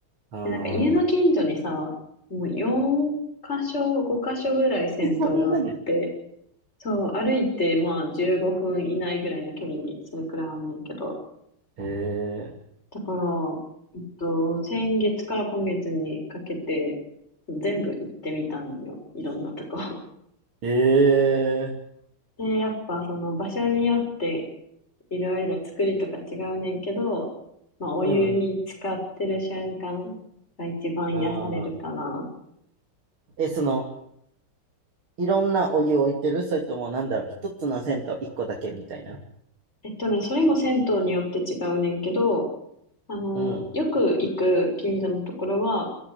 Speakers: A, on the right (about 75°); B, on the left (about 30°).
A: あ、ああ。
B: で、なんか家の近所にさ、もう4箇所、5箇所ぐらい銭湯があって、
A: <laughs> そんなに。
B: そう、歩いてまあ15分以内ぐらいの距離にそれくらいあんねんけど、
A: え
B: だから、えっと、先月から今月にかけて、全部行ってみたんよ。いろんなとこ。
A: えええ
B: <laughs> で、やっぱその場所によって、いろいろ作りとか違うねんけど、まあ、お湯に浸かってる瞬間が一番癒されるかな。
A: うんうん。ああ。え、その、いろんなお湯を置いてるそれとも、なんだろう、一つの銭湯一個だけみたいな。
B: えっとね、それも銭湯によって違うねんけど、あの、
A: うん。
B: よく行く近所のところは、